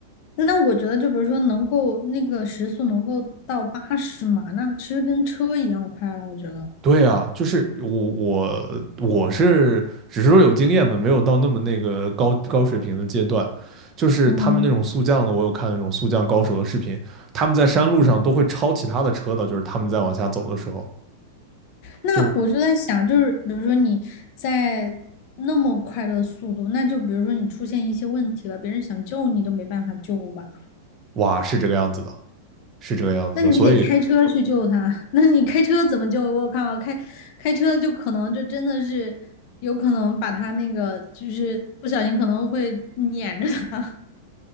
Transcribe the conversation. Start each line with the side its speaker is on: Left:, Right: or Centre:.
Left: 那我觉得，就比如说能够那个时速能够到八十码，那其实跟车一样快了，我觉得。
Right: 对啊，就是我我我是只是说有经验嘛，没有到那么那个高高水平的阶段。就是他们那种速降的，
Left: 嗯，
Right: 我有看那种速降高手的视频，他们在山路上都会超其他的车的，就是他们在往下走的时候，
Left: 那我就在想，
Right: 就是
Left: 就是比如说你在那么快的速度，那就比如说你出现一些问题了，别人想救你都没办法救吧？
Right: 哇，是这个样子的，是这个样子的。
Left: 那你得开车去救他，
Right: 所以
Left: <laughs> 那你开车怎么救？我靠，开开车就可能就真的是有可能把他那个就是不小心可能会碾着他，